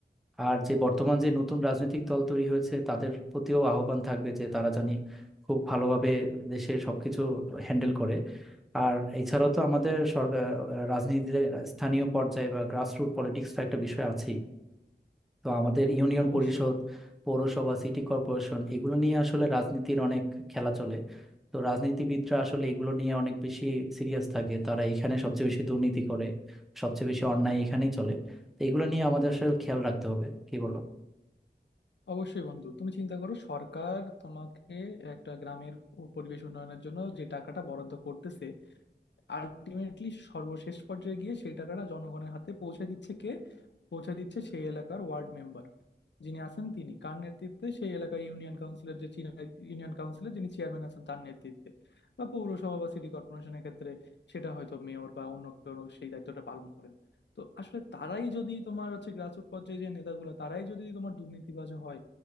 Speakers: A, in the centre; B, on the left.
A: আর যে বর্তমান যে নতুন রাজনৈতিক দল তৈরি হয়েছে তাদের প্রতিও আহ্বান থাকবে যে তারা জানি খুব ভালোভাবে দেশের সবকিছু হ্যান্ডেল করে আর এছাড়াও তো আমাদের সরকার আহ, রাজনীতিতে স্থানীয় পর্যায়ে বা গ্রাসরুট পলিটিক্সটা একটা বিষয় আছেই তো আমাদের ইউনিয়ন
B: অবশ্যই
A: পরিষদ পৌরসভা সিটি কর্পোরেশন এগুলো নিয়ে আসলে রাজনীতির অনেক খেলা চলে তো রাজনীতিবিদরা আসলে এগুলো নিয়ে অনেক বেশি সিরিয়াস থাকে তারা এখানে সবচেয়ে বেশি দুর্নীতি করে সবচেয়ে বেশি অন্যায় এখানেই চলে তো এগুলো নিয়ে আমাদের আসলে খেয়াল রাখতে হবে কি বলো
B: অবশ্যই বন্ধু তুমি চিন্তা করো সরকার তোমাকে একটা গ্রামের ও পরিবেশ উন্নয়নের জন্য যে টাকাটা বরাদ্দ করতেছে আলটিমেটলি সর্বশেষ পর্যায়ে গিয়ে সেই টাকাটা জনগণের হাতে পৌঁছে দিচ্ছে কে পৌঁছে দিচ্ছে সেই এলাকার ওয়ার্ড মেম্বার যিনি আছেন তিনি কার নেতৃত্বে সেই এলাকার ইউনিয়ন কাউন্সিলের যে চি- ইউনিয়ন কাউন্সিলের যিনি চেয়ারম্যান আছেন তার নেতৃত্বে বা পৌরসভা বা সিটি কর্পোরেশনের ক্ষেত্রে সেটা হয়তো মেয়র বা অন্য কেউ সেই দায়িত্বটা পালন করেন তো আসলে তারাই যদি তোমার হচ্ছে গ্রাসরুট পর্যায়ে যে নেতাগুলো তারাই যদি তোমার দুর্নীতিবাজ হয়